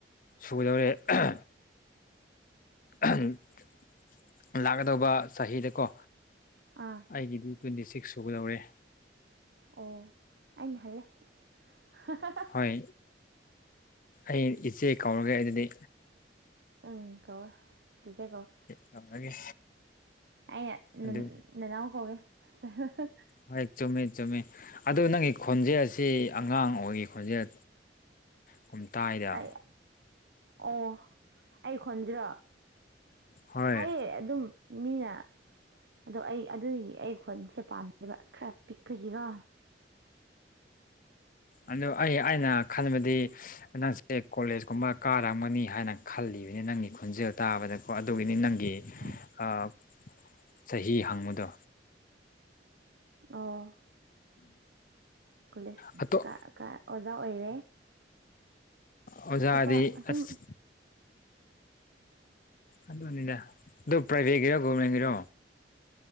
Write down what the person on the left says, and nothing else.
ꯁꯨꯒꯗꯧꯔꯦ ꯑꯍꯥ ꯑꯍꯥꯝ ꯂꯥꯛꯀꯗꯧꯕ ꯆꯍꯤꯗꯀꯣ
ꯑꯩꯒꯤꯗꯤ ꯇ꯭ꯋꯦꯟꯇꯤ ꯁꯤꯛꯁ ꯁꯨꯒꯗꯧꯔꯦ
ꯍꯣꯏ ꯑꯩ ꯏꯆꯦ ꯀꯧꯔꯒꯦ ꯑꯗꯨꯗꯤ
ꯇꯧꯔꯒꯦ
ꯑꯗꯨ
ꯍꯣꯏ ꯆꯨꯝꯃꯤ ꯆꯨꯝꯃꯤ ꯑꯗꯨ ꯅꯪꯒꯤ ꯈꯣꯟꯖꯦꯜ ꯑꯁꯤ ꯑꯉꯥꯡ ꯑꯣꯏꯔꯤ ꯈꯣꯟꯖꯦꯜ ꯀꯨꯝ ꯇꯥꯏꯗ
ꯍꯣꯏ
ꯑꯗꯣ ꯑꯩ ꯑꯩꯅ ꯈꯟꯕꯗꯤ ꯅꯪꯁꯦ ꯀꯣꯂꯦꯖꯀꯨꯝꯕ ꯀꯥꯔꯝꯒꯅꯤ ꯍꯥꯏꯅ ꯈꯜꯂꯤꯕꯅꯤ ꯅꯪꯒꯤ ꯈꯣꯟꯖꯦꯜ ꯇꯥꯕꯗꯀꯣ ꯑꯗꯨꯒꯤꯅꯤ ꯅꯪ ꯒꯤ
ꯑꯥ ꯆꯍꯤ ꯍꯪꯕꯗꯣ
ꯑꯇꯣꯞ
ꯑꯣꯖꯥꯗꯤ
ꯑꯁ ꯑꯗꯨꯅꯤꯗ ꯑꯗꯨ ꯄ꯭ꯔꯥꯏꯕꯦꯠꯀꯤꯔ ꯒꯣꯔꯃꯦꯟꯒꯤꯔꯣ